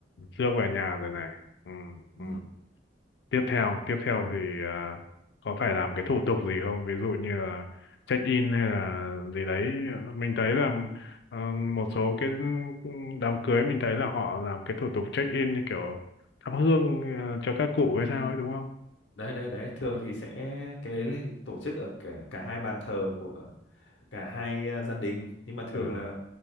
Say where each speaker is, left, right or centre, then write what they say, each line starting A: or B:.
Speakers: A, on the left; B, on the left.
A: Dương về nhà rồi này ừ,
B: Ừ.
A: ừ. tiếp theo tiếp theo thì à, có phải làm cái thủ tục gì không ví dụ như là check in hay là gì đấy mình thấy là ờ, một số cái đám cưới mình thấy là họ làm cái thủ tục check in như kiểu thắp hương ờ, cho các cụ hay
B: Ừ.
A: sao ấy đúng không
B: đấy đấy đấy thường thì sẽ cái đấy là tổ chức ở cả cả hai bàn thờ của cả hai ờ, gia đình nhưng mà thường
A: ừ.
B: là